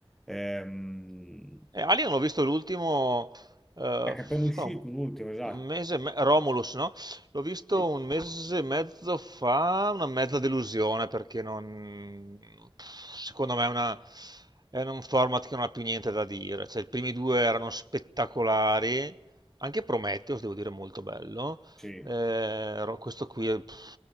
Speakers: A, in the centre; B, on the right (about 45°).
A: Ehm,
B: Eh, Alien l'ho visto l'ultimo, eh,
A: ecco, appena uscito
B: un
A: l'ultimo, esatto.
B: un mese, e me- Romulus, no? L'ho visto
A: Sì,
B: un mese e mezzo fa, una mezza delusione perché non, secondo me è, una- è un format che non ha più niente da dire. Cioè, i primi due erano spettacolari, anche Prometheus, devo dire, molto bello.
A: sì.
B: Eh, ro- questo qui è, pff,